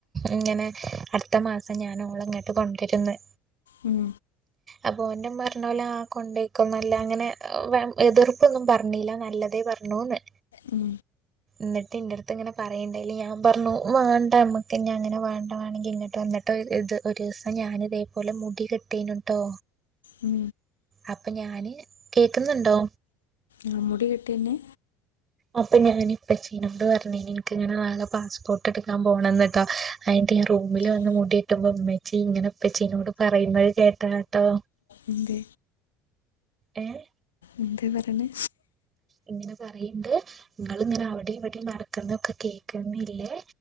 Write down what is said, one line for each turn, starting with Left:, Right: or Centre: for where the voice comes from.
Right: ഇങ്ങനെ അടുത്ത മാസം ഞാന് ഓള ഇങ്ങട്ട് കൊണ്ടരും ന്ന്
Left: ഉം
Right: അപ്പൊ ഓൻന്റെമ്മർഞൊലോ ആ കൊണ്ടയ്ക്കൊന്നല്ല അങ്ങനെ വെ എതിർപ്പൊന്നും പറഞ്ഞില നല്ലതേ പർ ണോന്ന്
Left: ഉം
Right: ന്നട്ട് ഇന്റട്ത്ത് ഇങ്ങനെ പറയണ്ടേല് ഞാൻ പറഞ്ഞു വേണ്ട നമ്മക്ക്ഞ്ഞങ്ങനെ വേണ്ട ന്നെങ്കി ഇങ്ങട്ട് വന്നിട്ട് ഇത് ഒരീസം ഞാൻ ഇതേപോലെ മുടി കെട്ടീനുട്ടോ
Left: ഉം
Right: അപ്പൊ ഞാന് കേക്കുന്നുണ്ടോ?
Left: ആ മുടി കെട്ടിന്നെ
Right: അപ്പൊ ഞാനിപ്പച്ചിനോട് പറഞിനി എനിക്കിങ്ങനെ നാളെ പാസ്പോർട്ട് എടുക്കാൻ പോണംന്ന് ട്ടോ അയി്ന്റെ റൂമില് വന്ന്
Left: ഉം.
Right: മുടിയിട്ടുമ്പോ ഉമ്മച്ചി ഇങ്ങനെ ഉപ്പച്ചീനോട് പറയ്ന്നെ കേട്ടാ ട്ടോ
Left: യെന്ത്?
Right: ഏഹ്
Left: എന്തേ പറണെ
Right: ഇങ്ങനെ പറയണ്ട് നിങ്ങൾ ഇങ്ങനെ അവിടിം ഇവിടിം നടക്കുന്നൊക്കെ കേക്കുന്നില്ലേ